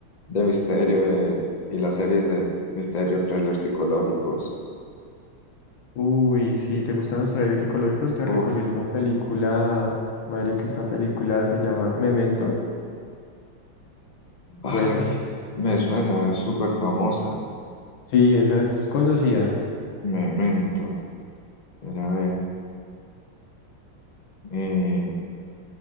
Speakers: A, on the left (about 50°); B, on the left (about 80°).
A: de misterio de- y las series de misterio, trailers psicológicos.
B: Uy, si te gustan los trailers psicológicos, te
A: Uf,
B: recomiendo una película, que esta película se llama Memento.
A: ay,
B: Buena.
A: me suena, es súper famosa,
B: Sí, esa es conocida.
A: Memento, pero a ver, eh,